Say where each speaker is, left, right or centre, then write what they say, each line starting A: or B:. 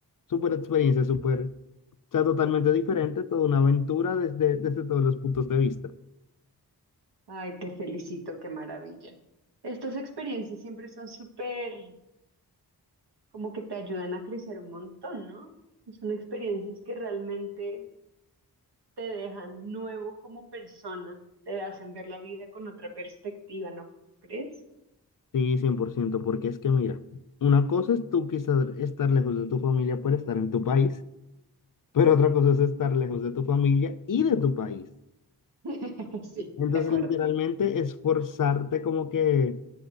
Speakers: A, on the left (about 55°); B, on the right (about 75°).
A: súper experiencia, súper, o sea, totalmente diferente, toda una aventura desde, desde todos los puntos de vista.
B: Ay, te felicito, qué maravilla. Estas experiencias siempre son súper, como que te ayudan a crecer un montón, ¿no? Son experiencias que realmente te dejan nuevo como persona, te hacen ver la vida con otra perspectiva, ¿no crees?
A: Sí, cien por ciento porque es que mira, una cosa es tú quizás estar lejos de tu familia por estar en tu país, pero otra cosa es estar lejos de tu familia y de tu país.
B: <laughs> Sí,
A: Entonces,
B: de acuerdo.
A: literalmente, esforzarte como que